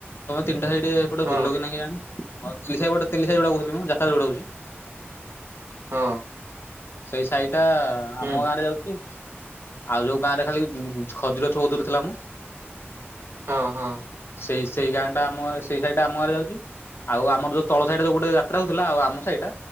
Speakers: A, on the left (about 60°); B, on the right (about 70°).
A: ତମେ ତିନିଟା ସାଇ। ସେ ଏପଟେ
B: ହଁ
A: ବୁଲିଲ କି ନାହିଁ କେଜାଣି। ସେ ତେଲିସାହି ପଟେ ତେଲିସାହି ପଟେ ବିଲୁଲୁମ ଯାତ୍ରା ଯୋଉପଟେ ହୋଉଛି।
B: ହଁ।
A: ସେଇ ସାହିଟା
B: ହୁଁ
A: ଆମ ଗାଁ ରେ ଯାଉଛି ଆଉ ଯୋଉ ଗାଁ ରେ ଖାଲି ଖଜୁର। ଚଉଧୁରୀ ଥିଲା ମ।
B: ହଁ ହଁ।
A: ସେଇ ସେଇ ଗାଁଟା ଆମ ସେଇ ସାଇଟା ଆମ ଗାଁ ରେ ଯାଉଛି। ଆଉ ଆମର ଯୋଉ ତଳ ସାଇଡା ଯୋଉ ଗୋଟେ ଯାତ୍ରା ହଉଥିଲା ଆଉ ଆମ ସାହି ଟା।